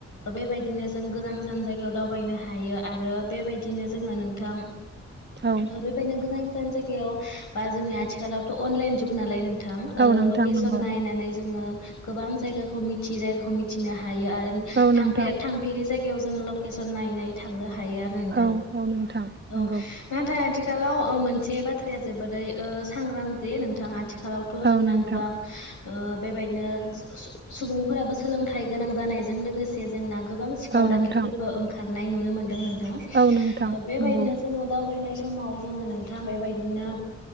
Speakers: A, on the left; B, on the right.
A: बेबायदिनो जों गोजान गोजान जायगायाव दावबायनो हायो आरो बेबायदिनो जोङो नोंथां ओ
B: औ
A: बे गोजान गोजान जायगायाव बा जोंनि आथिखालावथ' अनलाइन जुग नालाय नों थां ओ
B: औ नोंथां
A: लकेसन
B: नंगौ
A: नायनानै जोङो गोबां जायगाखौ मिथियि जायगाखौ मिथिनो हा हायो आरो
B: औ
A: थांफे-थांफेरि
B: नोंथां
A: जायगायाव जोङो लकेसन नाय नाय थांनो हा हायो आरो नोंथां।
B: औ औ नोंथां नंगौ
A: औ नाथाय आथि खालाव मोनसे बाथ्राया जोबोरै सांग्रां जे नोंथाङा आथि खालावथ' जोंना
B: औ नोंथां
A: गोबां ओ बेबायदिनो सु-सु-सुबुंफोराबो सोलोंथाइ गोनां जानायजों लोगोसे जोंना गोबां सिखाव
B: औ
A: दाखेटफोरबो
B: नोंथां
A: ओंखारनाय नुनो मोनदों नोंथां। ओ
B: औ नोंथां
A: बेबायदिनो
B: नंगौ
A: जोङो दावबायनाय समाव जोङो नोंथां बेयबायदिनो